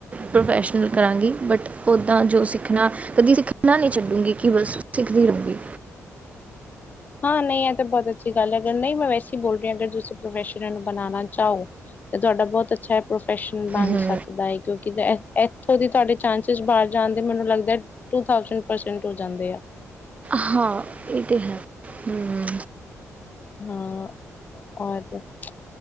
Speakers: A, on the right; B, on the left.
A: ਪ੍ਰੋਫੈਸ਼ਨਲ ਕਰਾਂਗੀ ਬਟ ਉੱਦਾਂ ਜੋ ਸਿੱਖਣਾ। ਕਦੀ ਸਿੱਖਣਾ ਨਹੀਂ ਛੱਡੂਗੀ ਕਿ ਬਸ ਸਿੱਖਦੀ ਰਹੂਗੀ
B: ਹਾਂ ਨਹੀਂ ਇਹ ਤਾਂ ਬਹੁਤ ਅੱਛੀ ਗੱਲ ਐ ਅਗਰ ਨਹੀਂ ਮੈਂ ਵੈਸੇ ਬੋਲ ਰਹੀ ਅਗਰ ਤੁਸੀਂ ਪ੍ਰੋਫੈਸ਼ਨ ਨੂੰ ਬਣਾਉਣਾ ਚਾਹੋ। ਤੇ ਤੁਹਾਡਾ ਬਹੁਤ ਅੱਛਾ ਇਹ ਪ੍ਰੋਫੈਸ਼ਨ ਬਣ
A: ਹੂੰ
B: ਸਕਦਾ ਏ ਕਿਉਂਕਿ ਇੱਥੋਂ ਦੇ ਤੁਹਾਡੇ ਚਾਂਸਿਸ ਬਾਹਰ ਜਾਣ ਦੇ ਮੈਨੂੰ ਲੱਗਦਾ ਟੂ -ਥਾਊਸੈਂਡ ਪਰਸੈਂਟ ਹੋ ਜਾਂਦੇ ਆ।
A: ਹਾਂ ਇਹ ਤਾਂ ਹੈ। ਹਮ
B: ਹਾਂ, ਔਰ ਦੱਸ